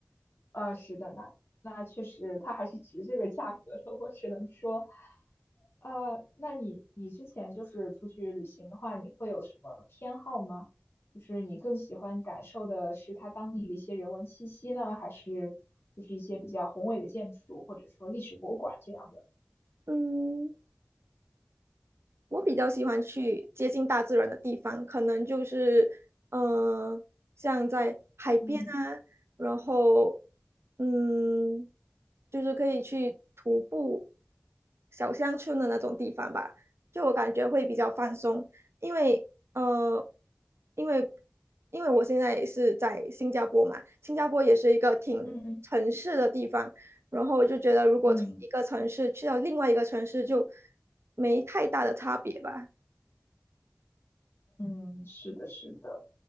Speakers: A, on the left; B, on the right.
A: 呃，是的，那那确实，它还是值这个价格的。<laughs> 我只能说，呃，那你你之前就是出去旅行的话，你会有什么偏好吗？就是你更喜欢感受的是它当地的一些人文气息呢，还是就是一些比较宏伟的建筑，或者说历史博物馆这样的？
B: 嗯，我比较喜欢去接近大自然的地方，可能就是嗯，像在海边啊，
A: 嗯
B: 然后嗯，就是可以去徒步小乡村的那种地方吧，就我感觉会比较放松，因为呃，因为因为我现在也是在新加坡嘛，新加坡也是一个挺城市的地方。
A: 嗯
B: 然后我就觉得，如果从一个城市去到另外一个城市，
A: 嗯
B: 就没太大的差别吧。
A: 嗯，是的，是的。